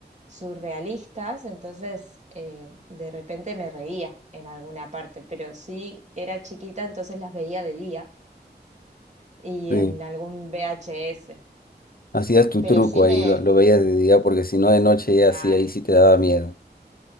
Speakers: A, on the right; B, on the left.
A: surrealistas, entonces eh, de repente me reía en alguna parte, pero sí era chiquita, entonces las veía de día y
B: Sí.
A: en algún VHS,
B: Hacías tu
A: pero
B: truco
A: sí me...
B: ahí, lo, lo veías de día, porque si no de noche ya
A: Claro.
B: sí, ahí sí te daba miedo.